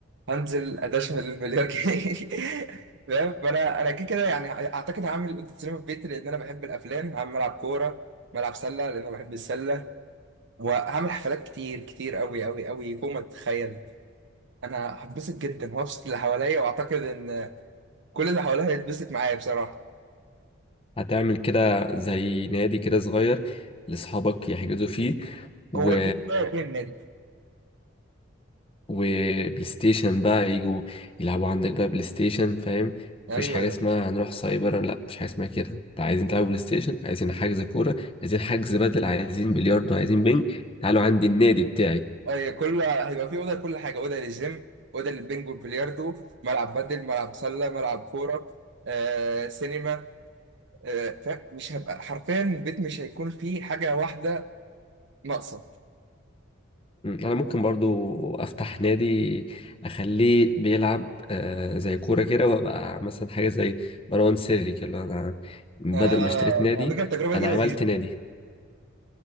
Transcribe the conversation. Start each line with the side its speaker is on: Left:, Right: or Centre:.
Right: هنزل ادشمل المليار جنيه <laughs> فاهم فانا انا كده كده يعني اعتقد هعمل اوضه سينما في بيتي لان انا بحب الافلام هعمل ملعب كوره ملعب سله لان انا بحب السله وهعمل حفلات كتير كتير قوي قوي قوي فوق ما تتخيل انا هتبسط جدا وهبسط اللي حواليا واعتقد ان كل اللي حواليا هيتبسط معايا بصراحه
Left: هتعمل كده زي نادي كده صغير لأصحابك يحجزوا فيه و
Right: هو البيت بتاعي فين النادي
Left: وبلاي ستيشن بقى يجوا يلعبوا عندك بقى بلاي ستيشن فاهم
Right: ايوه
Left: مفيش حاجة اسمها هنروح سايبر لا مفيش حاجة اسمها كده انت عايزين تلعبوا بلاي ستيشن عايزين حجز كورة عايزين حجز بدل عايزين بلياردو عايزين بينج تعالوا عندي النادي بتاعي
Right: أي كل هيبقى في أوضة لكل حاجة أوضة للجيم أوضة للبنج والبلياردو ملعب بدل ملعب سلة ملعب كورة آه، سينما آه، فاهم؟ مش هبقى حرفيا البيت مش هيكون فيه حاجة واحدة ناقصة
Left: مم. انا ممكن برضو افتح نادي اخليه بيلعب آه، زي كوره كده وابقى مثلا حاجه زي مروان سري كده اللي هو انا بدل
Right: آه،
Left: ما اشتريت نادي
Right: على فكرة التجربة
Left: انا
Right: دي لذيذة
Left: عملت نادي